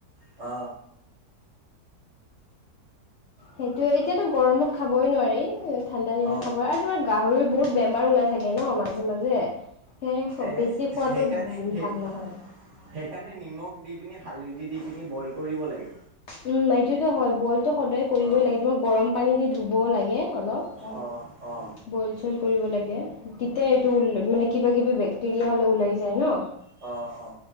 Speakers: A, on the right (about 50°); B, on the left (about 80°).
A: অ।
B: সেইটোৱে। এতিয়াতো গৰমত খাবই নোৱাৰি, ঠাণ্ডা দিনত
A: অ
B: খাব আৰু তোমাৰ গাহৰিৰ বহুত বেমাৰ ওলাই থাকে ন'! মাজে, মাজে। সেয়ে,
A: এ
B: বেছি খোৱাতো
A: সেইকাৰণে সেই
B: ভাল নহয়।
A: সেইকাৰণে নিমখ দি পিনি, হালধি দি পিনি, বইল কৰিব লাগে।
B: উম সেইটোতো হয় বইলটো সদায়
A: অ',
B: কৰিবই লাগে। তোমাৰ গৰম পানী দি ধুবও লাগে অলপ
A: অ', অ।
B: বইল চইল কৰিব লাগে। তেতিয়া এইটো মানে কিবা কিবি বেক্টেৰিয়া হ'লে ওলাই যায় ন'!
A: অ, অ।